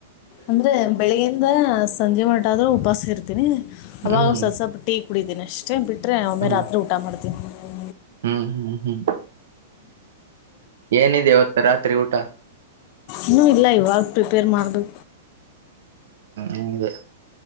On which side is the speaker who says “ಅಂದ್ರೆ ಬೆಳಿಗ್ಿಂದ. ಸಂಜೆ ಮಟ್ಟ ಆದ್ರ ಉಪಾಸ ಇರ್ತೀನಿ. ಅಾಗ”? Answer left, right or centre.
Left